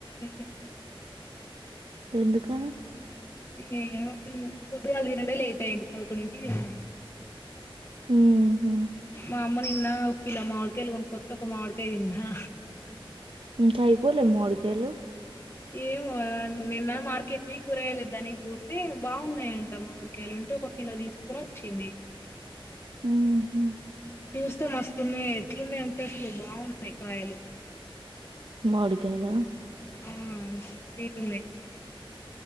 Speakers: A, on the left; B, on the right.
A: ఉమ్
B: ఎందుకని
A: ఏమో పొద్దుగాల దినుడే లేట్ అయ్యింది పదకొండింటికి తిన్నం
B: ఉమ్ హూ
A: మా అమ్మ నిన్న ఒక కిలో మామిడికాయలు కొనుక్కోతే ఒక మామిడికాయ తిన్నా
B: ఇంకా అయిపోలే మామిడికాయలు
A: ఏమో రా నిన్న మార్కెట్కి కూరగాయలు తెద్దాం అని పోతే బాగున్నాయంట మామిడికాయలు అంటే ఒక కిలో దీసుకొని వచ్చింది
B: హ్మ్ హ్మ్
A: చూస్తే మస్తున్నాయే ఎట్లున్నాయి అంటే అసలు బాగున్నాయి కాయలు
B: మామిడికాయలా
A: ఆ స్వీట్ ఉన్నాయి